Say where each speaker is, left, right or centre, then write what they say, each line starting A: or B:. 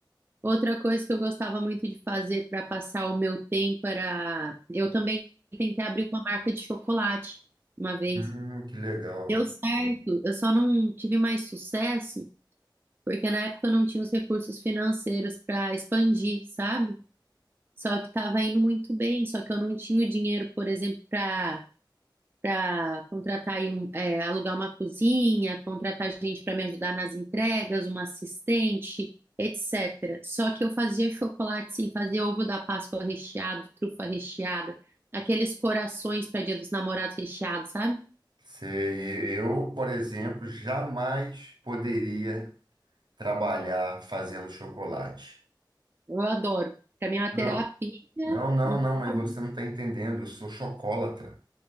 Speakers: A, on the right; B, on the right.
A: Outra coisa que eu gostava muito de fazer para passar o meu tempo era, eu também tentei abrir uma marca de chocolate uma vez.
B: Hum, que legal.
A: Deu certo, eu só não tive mais sucesso porque na época eu não tinha os recursos financeiros para expandir, sabe? Só que estava indo muito bem, só que eu não tinha o dinheiro, por exemplo, para para contratar aí um, é, alugar uma cozinha, contratar gente para me ajudar nas entregas, uma assistente, etc. Só que eu fazia chocolate, sim, fazia ovo da Páscoa recheado, trufa recheada, aqueles corações para Dia dos Namorados recheados, sabe?
B: Sei, eu, por exemplo, jamais poderia trabalhar fazendo chocolate.
A: Eu adoro. Para mim é uma
B: Não,
A: terapia,
B: não, não,
A: um
B: não,
A: hobby.
B: mas você não está entendendo. Eu sou chocolatra.